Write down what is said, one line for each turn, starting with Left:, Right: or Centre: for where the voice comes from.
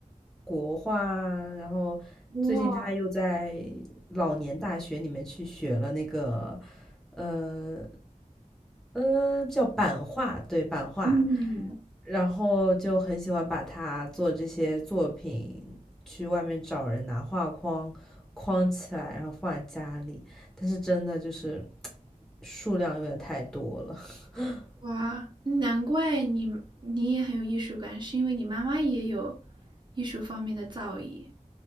Centre: 国画啊然后最近他又在老年大学里面去学了那个，
Right: 哇，
Centre: 呃呃，叫版画，对，版画，
Right: 嗯，
Centre: 然后就很喜欢把他做这些作品去外面找人拿画框框起来，然后放在家里，但是真的就是 <tsk> 数量有点太多了。<laughs>
Right: 哇，难怪你你也很有艺术感，是因为你妈妈也有艺术方面的造诣。